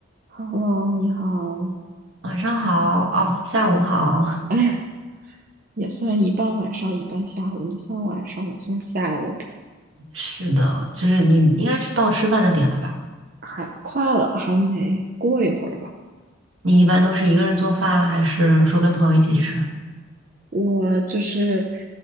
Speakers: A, on the right; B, on the right.
A: Hello，你好。
B: 晚上好，哦，下午好。
A: 哎，也算一半晚上，一半下午。你算晚上，我算下午呗。
B: <laughs> 是的，就是你应该是到吃饭的点了吧？
A: 还快了，还没过一会儿吧。
B: 你一般都是一个人做饭，还是说跟朋友一起吃？
A: 我就是，